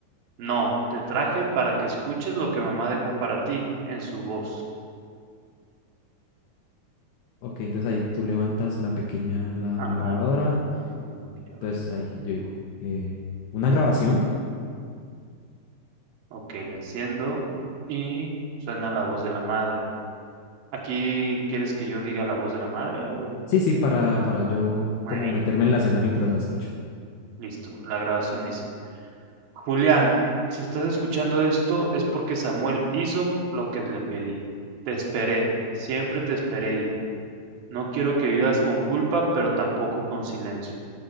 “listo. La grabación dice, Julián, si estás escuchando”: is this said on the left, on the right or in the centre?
Right